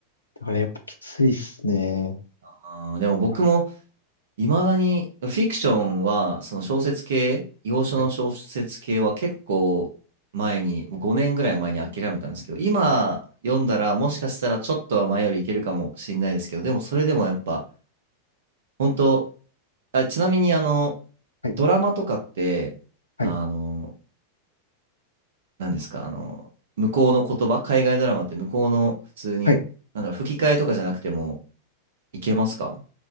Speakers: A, on the left (about 75°); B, on the right (about 60°).
A: だからやっぱきついっすね。
B: あーでも僕も、
A: あ、
B: いまだに、フィクションは、その小説系、洋書の小説系は結構前に、
A: はい、
B: もう5年ぐらい前に諦めたんですけど、今読んだらもしかしたらちょっとは前よりいけるかもしれないですけど、でもそれでもやっぱ、本当、あ、ちなみにあの、
A: はい、
B: ドラマとかって、
A: はい、
B: あの、何ですか、あの、向こうの言葉、海外ドラマって向こうの普通に、
A: はい。
B: なんだろう、吹き替えとかじゃなくてもいけますか